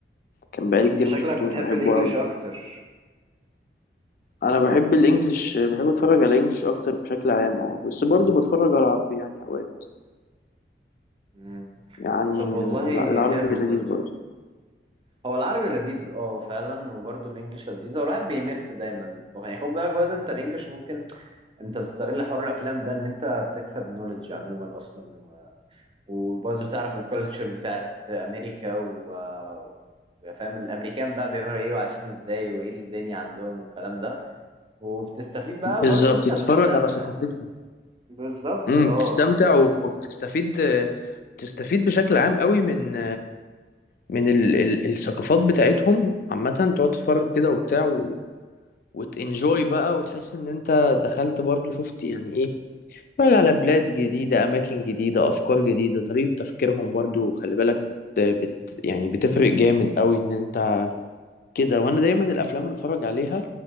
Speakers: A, on the left; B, on the right.
A: كان بقالي
B: انت
A: كتير
B: شكلك
A: ما شفتوش
B: بتحب
A: بحبه
B: الانجليش
A: قوي
B: اكتر
A: انا بحب الانجليش بحب اتفرج على الانجليش اكتر بشكل عام اه بس برضو بتفرج على العربي يعني اوقات
B: مم.
A: يعني
B: طب والله
A: لا العربي
B: حلو
A: لذيذ
B: برضه
A: برضو
B: هو العربي لذيذ اه فعلا وبرضه الانجليش لذيذة والواحد بيميكس دايما يعني خد بالك برضه انت الانجليش ممكن انت بتستغل حوار الافلام ده ان انت بتكسب نوليدج عموما اصلا وبرضه تعرف الكالتشر بتاعت امريكا و آه، فاهم الامريكان بقى بيعملوا ايه وعايشين ازاي وايه الدنيا عندهم والكلام ده وبتستفيد بقى
A: بالظبط
B: برضه ان انت
A: تتفرج
B: بتستمتع
A: على ثقافتهم
B: بالظبط
A: امم
B: اه
A: تستمتع وبتستفيد بتستفيد بشكل عام قوي من من ال... ال... الثقافات بتاعتهم عامة تقعد تتفرج كده وبتاع و... وتنجوي بقى وتحس ان انت دخلت برضو شفت يعني إيه اتفرج على بلاد جديدة أماكن جديدة أفكار جديدة طريقة تفكيرهم برضو خلي بالك بت... بت... يعني بتفرق جامد قوي إن أنت كده وأنا دايما الأفلام اللي بتفرج عليها